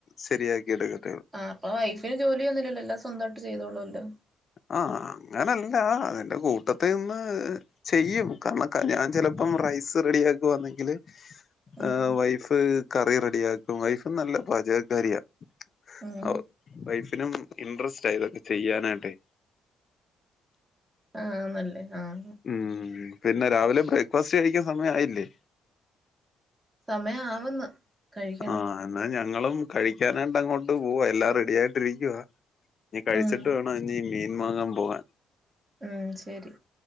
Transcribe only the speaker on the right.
ആ അപ്പൊ വൈഫിന് ജോലിയൊ ന്നുല്ലല്ലോല്ലോ സ്വന്താട്ട് ചെയ്തോളോ ല്ലോ
ഉം
ഉം
ആഹ് നല്ലേ ആഹ്
സമയം ആവുന്നു കഴിക്കണം
ഉം
ഉം ശരി